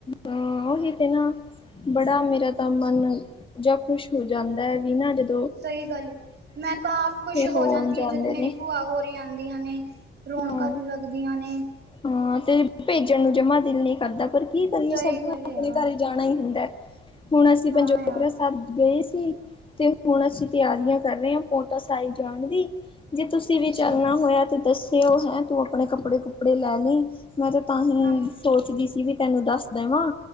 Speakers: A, on the left; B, on the right.
A: ਹਾਂ ਉਹੀ ਤੇ ਨਾ। ਬੜਾ ਮੇਰਾ ਤਾਂ ਮਨ ਜਾਂ ਖੁਸ਼ ਹੋ ਜਾਂਦਾ ਹੈ ਬਿਨਾਂ ਜਦ।
B: ਸਹੀ ਗੱਲ ਏ, ਮੈਂ ਤਾਂ ਆਪ ਖੁਸ਼
A: ਹੋਣ
B: ਹੋ ਜਾਂਦੀ
A: ਜਾਂਦੇ
B: ਹੈ ਜਦ ਮੇਰੀ
A: ਨੇ
B: ਭੂਆ ਹੋਰ। ਆਂਦੀਆਂ ਨੇ ਰੌਣਕਾਂ
A: ਹਾਂ
B: ਲੱਗਦੀਆਂ ਨੇ।
A: ਹਾਂ ਤੇ ਭੇਜਣ ਨੂੰ ਜਮਾ ਦਿਲ ਨ ਕਰਦਾ ਪਰ ਕੀ ਕਰੀਏ
B: ਸਹੀ
A: ਸਾਨੂੰ
B: ਗੱਲ ਹੈ
A: ਆਪਣੇ
B: ਯਾਰ
A: ਘਰ। ਜਾਣਾ ਹੀ ਹੁੰਦਾ ਹੁਣ ਅਸੀਂ
B: ਹਾਂ
A: ਪੰਜੋਰਾ
B: ਯਾਰ
A: ਸਾਹਿਬ ਗਏ ਸੀ ਤੇ। ਹੁਣ ਅਸੀਂ ਤਿਆਰੀਆਂ ਕਰ ਰਹੇ ਹਾਂ ਪੌਂਟਾ ਸਾਹਿਬ ਜਾਣ ਦੀ ਜੇ ਤੁਸੀਂ ਵੀ
B: ਅੱਛਾ
A: ਚੱਲਣਾ ਹੋਇਆ ਤੇ ਦੱਸ। ਤੇ ਉਹ ਹੈ ਤੂੰ ਆਪਣੇ ਕੱਪੜੇ ਕੁਪੜੇ ਲੈ ਲਈ, ਮੈਂ ਤਾਂ ਤਾਂ ਹੀ
B: ਆਹੋ
A: ਸੋਚਦੀ ਸੀ ਵੀ। ਤੈਨੂੰ ਦੱਸ ਦੇਵਾਂ,